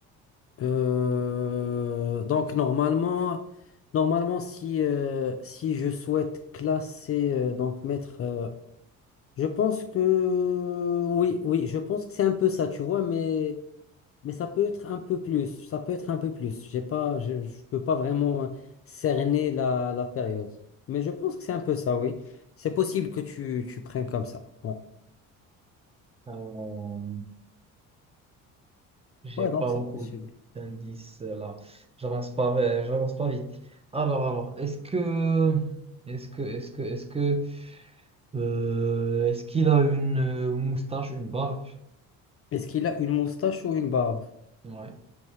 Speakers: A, on the left; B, on the right.
A: Euh, donc, normalement, normalement si, euh, si je souhaite classer, euh, donc mettre. euh, Je pense que oui, oui, je pense que c'est un peu ça, tu vois, mais mais ça peut être un peu plus, ça peut être un peu plus. J'ai pas, je, je peux pas vraiment euh, cerner la, la période, mais je pense que c'est un peu ça, oui. C'est possible que tu, tu prennes comme ça. Ouais,
B: Euh, j'ai
A: ouais,
B: pas
A: donc c'est
B: beaucoup
A: possible.
B: d'indices euh, là. J'avance pas, euh, j'avance pas vite. Alors, alors, est-ce que est-ce que est-ce que est-ce que euh, est-ce qu'il a une euh, moustache, une barbe?
A: Est-ce qu'il a une moustache ou une barbe?
B: Ouais.